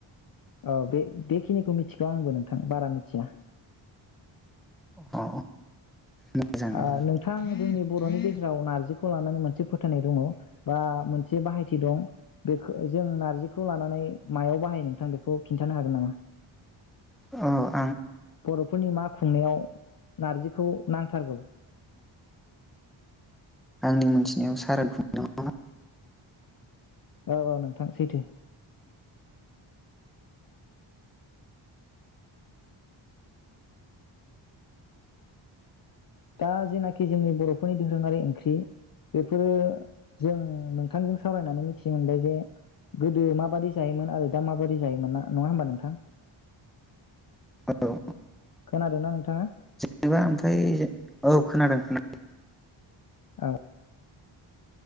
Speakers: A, on the left; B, in the centre.
A: औ बे-बेखिनिखौ मिथिगौ आंबो नोंथां बारा मिथिया।
B: अ मोजां मोजां
A: ओ नोंथां जोंनिब बर'नि गेजेराव नार्जिखौ लानानै मोनसे फोथायनाय दङ बा मोनसे बाहायथि दं बेखौ जों नार्जिखौ लानानै मायाव बाहायो नोंथां बेखौ खिन्थानो हागोन नामा?
B: अ
A: बर'फोरनि मा खुंनायाव नारजिखौ नांथारगौ?
B: आंनि मोनथिनायाव सारादु खुंनायाव
A: औ औ नोंथां सैथो। दा जेनाखि जोंनि बर'फोरनि दोरोङारि ओंख्रि बेफोरो जों नोंथांजों सावरायनानै मिथिनो मोनबाय जे गोदो माबादि जायोमोन आरो दा माबादि जायोमोन ना नङा होमबा नोंथां?
B: खुंनायाव
A: खोनादोंना नोंथाङा?
B: जेनेबा ओमफ्राय औ खोनादों खोनादों
A: औ